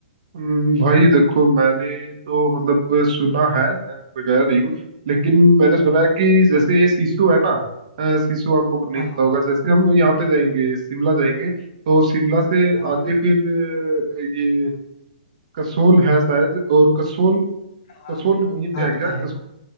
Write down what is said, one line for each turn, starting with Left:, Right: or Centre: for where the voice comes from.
Right: हम्म, भाई देखो मैंने तो मतलब सुना है अ, मैं गया नहीं हूँ लेकिन मैंने सुना है कि जैसे ये सिसु है ना अ, सिसु आपको नहीं
Left: हाँ
Right: पता
Left: हाँ
Right: होगा जैसे हम यहाँ पे जाएंगे शिमला जाएंगे तो शिमला से
Left: हाँ
Right: आगे फिर अ, ये कसोल है शायद और कसोल
Left: हाँ
Right: कसोल वहीं पे
Left: हाँ
Right: है क्या
Left: पता है
Right: कसोल